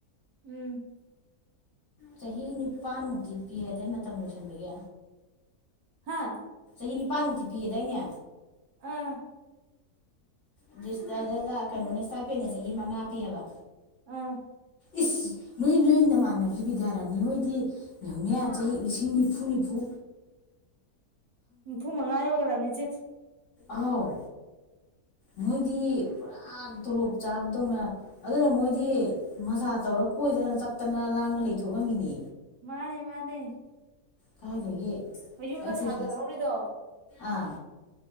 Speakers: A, on the right; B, on the left.
A: ꯎꯝ
B: ꯆꯍꯤ ꯅꯤꯄꯥꯜꯃꯨꯛꯇꯤ ꯄꯤ ꯍꯥꯏꯗꯥꯏ ꯃꯇꯝ ꯂꯣꯏꯁꯤꯟꯕꯒꯤ
A: ꯍꯥꯥ
B: ꯆꯥꯍꯤ ꯅꯤꯄꯥꯟꯃꯨꯛꯇꯤ ꯄꯤꯌꯦꯗꯥꯏꯅꯦ
A: ꯑꯥ
B: <unintelligible> ꯑꯗꯨꯗ ꯀꯩꯅꯣꯅꯦ ꯏꯁꯇꯥꯏꯄꯦꯅ ꯆꯍꯤ ꯃꯉꯥ ꯄꯤꯌꯦꯕ
A: ꯑꯥ
B: ꯏꯁ ꯅꯣꯏ ꯅꯣꯏ ꯅꯃꯥꯟꯅꯕꯤ ꯕꯤꯗꯔꯅꯤ ꯍꯣꯏꯗꯤ ꯌꯧꯅꯦ ꯆꯍꯤ ꯂꯤꯁꯤꯡ ꯅꯤꯐꯨ ꯅꯤꯐꯨ
A: ꯅꯤꯐꯨ ꯃꯉꯥ ꯌꯧꯒꯔꯃꯤ ꯏꯆꯦ
B: ꯑꯥꯎ ꯃꯣꯏꯗꯤ ꯄꯨꯔꯥ ꯇꯣꯂꯣꯞ ꯆꯥꯕꯗꯧꯅ ꯑꯗꯨꯅ ꯃꯣꯏꯗꯤ ꯃꯖꯥ ꯇꯧꯔ ꯀꯣꯏꯗꯅ ꯆꯠꯇꯅ ꯂꯥꯡꯗꯅ ꯂꯩꯊꯣꯛ ꯉꯝꯃꯤꯅꯦ
A: ꯃꯥꯅꯦ ꯃꯥꯅꯦ
B: ꯀꯥꯏꯗꯒꯤ
A: ꯃꯌꯨꯝꯒ
B: ꯑꯩꯈꯣꯏꯁꯨ
A: ꯁꯥꯒꯠꯍꯧꯔꯤꯗꯣ
B: ꯑꯥ